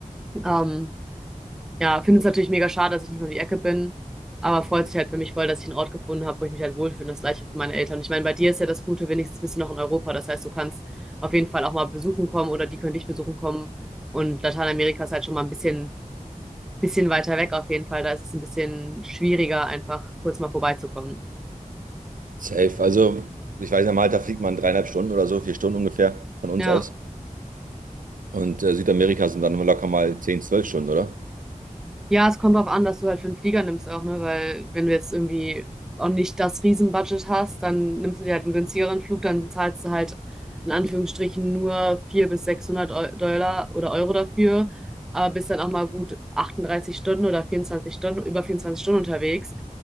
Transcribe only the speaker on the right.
Safe. Also ich weiß, ja, Malta fliegt man dreieinhalb Stunden oder so, vier Stunden ungefähr von uns
aus. Und äh, Südamerika sind dann locker mal zehn, zwölf Stunden, oder?